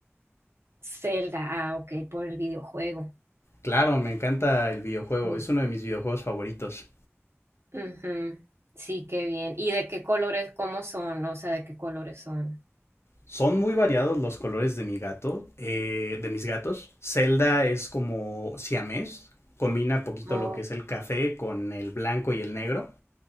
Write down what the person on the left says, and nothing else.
Claro, me encanta el videojuego,
es uno de mis videojuegos favoritos.
Son muy variados los colores de mi gato, eh, de mis gatos. Zelda es como siamés, combina poquito
lo que es el café con el blanco y el negro.